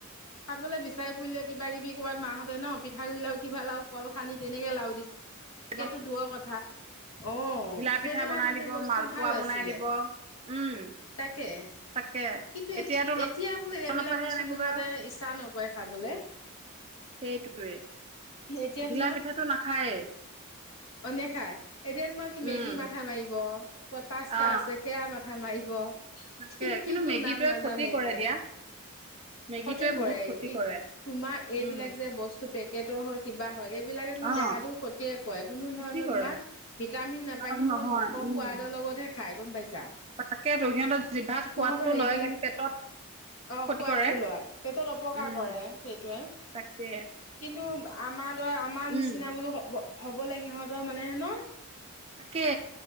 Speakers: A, on the left (about 65°); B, on the right (about 30°).
A: খাবলৈ বিচাৰি ফুৰিলে কিবা কিবি ক'ৰবাত মাহঁতে ন পিঠাগুড়ি লাও, কিবা লাও কল সানি তেনেকে লাও দিছিলে।
B: উ <inaudible>
A: কেতো দূৰৰ কথা অ'
B: ঘিলা পিঠা
A: সেইবিলাক
B: বনাই
A: মানে
B: দিব
A: বস্তু
B: মালপোৱা
A: ভাল
B: বনাই
A: আছিলে,
B: দিব উম
A: তাকে।
B: তাকে
A: কিন্তু
B: এতিয়াতো
A: এতিয়া বোলে
B: লনৰ
A: সেইবিলাক
B: পৰাহে
A: বস্তু
B: আনিবগৈ
A: সিহঁত
B: আৰু
A: তে ইচ্ছা নকৰে খাবলৈ।
B: সেইটোৱে
A: এতিয়া
B: ঘিলা
A: তোমাক
B: পিঠাটো নাখায়েই
A: অনে খাই এতিয়া তোমাক ই
B: উম
A: মেগী মাথা মাৰিব। অ' ক'ত পাঁচ্তা
B: অ
A: আছে সেয়া মাথা মাৰিব।
B: তাকে
A: কি কি
B: কিন্তু
A: কি
B: মেগীটোৱে
A: নাম নাজানে
B: ক্ষতি কৰে
A: এতিয়া।
B: দিয়া মেগীটোৱে
A: ক্ষতি কৰে
B: বহুত
A: ই
B: ক্ষতি কৰে
A: তোমাৰ এইবিলাক
B: উম
A: যে বস্তু পেকেটৰ হয় কিবা হয় এইবিলাকে তোমাৰ
B: অ
A: দেহাটো ক্ষতিয়ে কৰে কোনো
B: ক্ষতি
A: ধৰণৰ
B: কৰে
A: তোমাৰ ভিটামিন নাপায়
B: লাভ
A: সিহঁতৰ
B: নহয়
A: মুখৰ
B: উম
A: সোৱাদৰ লগত হে খাই গম পাইছা
B: তাকেতো সিহঁতৰ জিভাত সোৱাদটো
A: সিহঁতৰ হেৰিবিলাক
B: লয় কিন্তু পেটত
A: অ'
B: ক্ষতি
A: সোৱাদ
B: কৰে
A: টো লয় পেটত অপকাৰ
B: উম
A: কৰে সেইটোৱে।
B: তাকে
A: কিন্তু আমাৰ তই আমাৰ নিচিনা
B: উম
A: বোলো হ'ব-হ'ব লাগে সিহঁতৰ মানে হেনো
B: তাকে।